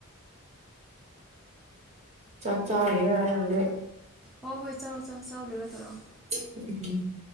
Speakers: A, on the right (about 30°); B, in the centre.
A: ꯆꯥ ꯆꯆꯥ ꯍꯌꯦ ꯌꯥꯦ
B: ꯍꯣꯏ ꯍꯣꯏ ꯆꯥꯎꯥꯛ ꯆꯥꯎꯥꯛ ꯆꯥꯎꯥꯛ ꯂꯣꯏꯔ ꯇꯧꯔꯛꯑꯣ
A: ꯎꯝ